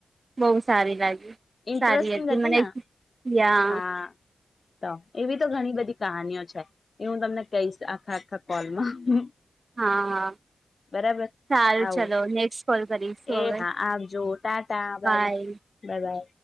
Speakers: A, on the right (about 50°); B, on the left (about 55°).
A: બહુ સારી લાગી
B: ઇન્ટરેસ્ટિંગ
A: સારી હતી મને
B: ને
A: યા.
B: હા તો એવી તો ઘણી બધી કહાનીઓ છે એ હું તમને કહીશ આખા આખા કોલમાં
A: હા હા
B: બરાબર
A: સારું
B: આવું
A: ચલો નેક્સ્ટ કોલ કરીશું
B: એ
A: હવે
B: હા આપજો ટાટા
A: બાય
B: બા બધા